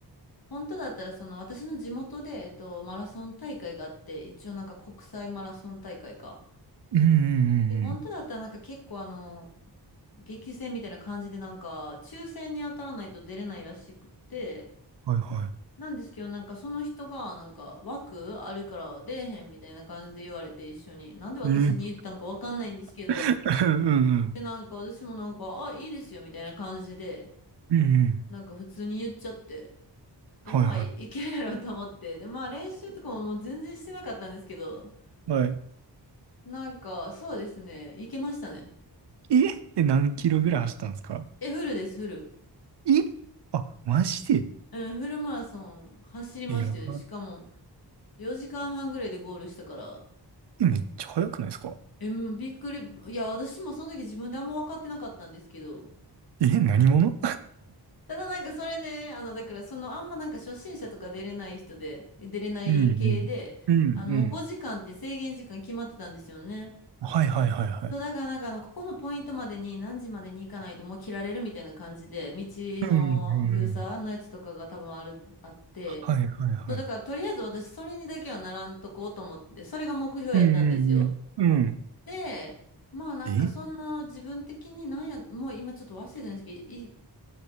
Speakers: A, on the left; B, on the right.
A: 本当だったら、その私の地元で、えっと、マラソン大会があって、一応なんか国際マラソン大会か。
B: うん、うん、うん。
A: で、本当だったらなんか結構あの、
B: うん
A: 激戦みたいな感じでなんか、抽選に当たらないと出れないらしくって、
B: はいは
A: なんですけど、なんかその人がなんか枠あるから出えへんみたいな感じで言われて一緒に、なんで私に言ったんかわかんないんですけど、
B: い。え、<laughs> うんうん。
A: で、なんか私もなんか、あ、いいですよみたいな感じで、
B: うん、うん。
A: なんか普通に言っちゃって。で、
B: はいは
A: <laughs> まあ、いいけるやろうと思って。で、まあ、練習とかももう全然してなかったんですけど、
B: いはい。
A: なんか、そうですね、いけましたね。
B: えって何キロぐらい走ったんですか
A: え、フルです、フル。
B: え、あ、マジで
A: うん、フルマラソン走りましたよ。
B: いやば、
A: しかも、4時間半ぐらいでゴールしたから、
B: え、めっちゃ速くないですか
A: え、うんびっくり。いや、私もその時自分であんま分かってなかったんですけど、
B: え、え、何者
A: ただなんかそれね、あの、だからその、あんまなんか初心者とか出れない人で、出れない系で、
B: うんうん。うんうん。
A: あの、もう5時間って制限時間決まってたんですよね。
B: はいはいはいはい。
A: そう、だからなんかあの、ここのポイントまでに何時までに行かないともう切られるみたいな感じで、道の封鎖のやつとかが多分ある、
B: うんうんうん。
A: あって、
B: はいはいはい。
A: そう、だからとりあえず私それにだけはならんとこうと思って、それが目標やったんですよ。
B: うんうんうん。うん。
A: で、まあなんかその自分的になんや、
B: え
A: もう今ちょっと忘れてるんですけど、い、